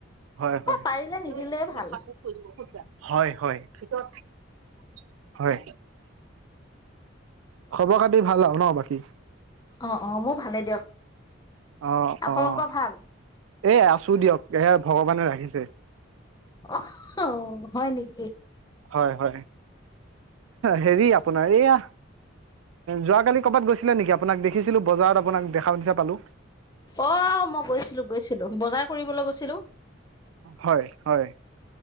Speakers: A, on the right; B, on the left.
A: হয় হয়
B: পাৰিলে নিদিলে ভাল
A: ঐকাপোৰ খুলিব ভিতৰতলৈ যোৱা হয় হয় ভিতৰত হয় খবৰ খাতি ভাল আৰু ন বাকী
B: অ অ মোৰ ভালে দিয়ক
A: অ
B: আপোনালোক
A: অ
B: ভাল
A: এ আছো দিয়ক এ ভগৱানে ৰাখিছে
B: অ হু হু হয় নেকি
A: হয় হয় হেৰি আপুনি। এইয়া যোৱাকালি কৰ'বাত গৈছিলে নেকি আপোনাক দেখিছিলো বজাৰত আপোনাক দেখা নিচিনা পালো।
B: অ' মই গৈছিলো গৈছিলো বজাৰ কৰিবলৈ গৈছিলো।
A: হয় হয়